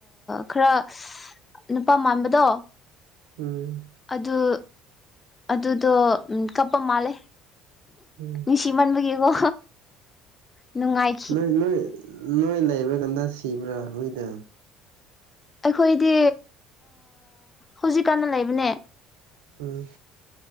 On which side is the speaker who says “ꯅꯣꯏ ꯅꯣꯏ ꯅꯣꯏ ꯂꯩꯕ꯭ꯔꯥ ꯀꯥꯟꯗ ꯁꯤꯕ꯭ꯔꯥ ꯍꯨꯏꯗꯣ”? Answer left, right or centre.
Right